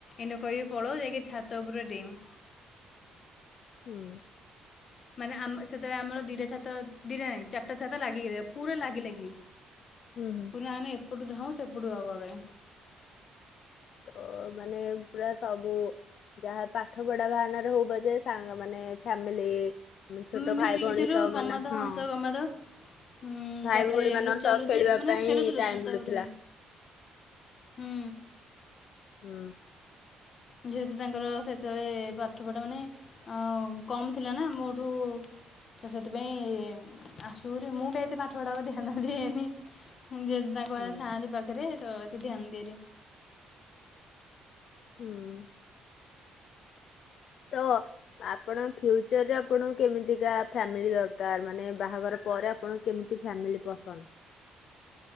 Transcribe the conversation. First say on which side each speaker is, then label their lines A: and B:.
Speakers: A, on the left; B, on the left.
A: ଏମତି କହିବି ପଢ଼ ଯାଇକି ଛାତ ଉପରେ ଡେଉଁ
B: ହୁଁ।
A: ମାନେ ଆମ ସେତେବେଳେ ଆମର ଦିଇଟା ଛାତ ଦୁଇଟା ନାହିଁ ଚାରିଟା ଛାତ ଲାଗି ପୁରା ଲାଗିଲାଗି।
B: ହୁଁ ହୁଁ।
A: ନାେ ଏପଟୁ ଧାଉ ସେପଡ଼ୁ ଆଉ ଆଗରେେ
B: ତ ମାନେ ପୁରା ସବୁ ଯାହା ପାଠ ପଢା ବାହାନାରେ ହଉବ ଯେ ସାଙ୍ଗ ମାନେ ଫ୍ୟାମିଲି। ଛୋଟ
A: ମିଶିକିଥିଲୁ
B: ଭାଇ ଭଉଣୀ ସହ
A: ଗମାଧ
B: ମାନେ ହଁ
A: ହସ ଗମାଧ। ହୁଁ
B: ଭାଇ
A: ତାପରେ
B: ଭଉଣୀ ମାନଙ୍କ
A: ଲୁଚା
B: ସହ
A: ଲୁଚି
B: ଖେଳିବା
A: ମାନେ
B: ପାଇଁ
A: ଖେଳୁଥିଲୁ
B: ଟାଇମ
A: ଛାତ
B: ମିଳୁଥିଲା।
A: ଉପରେ ହୁଁ।
B: ହୁଁ।
A: ଯେହେତୁ ତାଙ୍କର ସେତେ ଏଳେ ପାଠପଢ଼ା ମାନେ ଅଁ କମ୍ ଥିଲା ନା ମୋଠୁ ତ ସେଥିପାଇଁ ଆସୁରେ ମୁଁ ବି ଏତେ ପାଠ ପଢାକୁ ଧ୍ୟାନ ଦିଏନି। ଯେଏତୁ ତାଙ୍କ
B: ହୁଁ
A: ମା <unintelligible> ଥାଆନ୍ତି ପାଖରେ ତ ଏତେ ଧ୍ୟାନ ଦିଏନି।
B: ହୁଁ ତ ଆପଣ ଫ୍ୟୁଚର୍ ରେ ଆପଣଙ୍କୁ କେମିତିକା ଫ୍ୟାମିଲି ଦରକାର୍ ମାନେ ବାହାଘର ପର ଆପଣ କେମ୍ତି ଫ୍ୟାମିଲି ପସନ୍ଦ୍?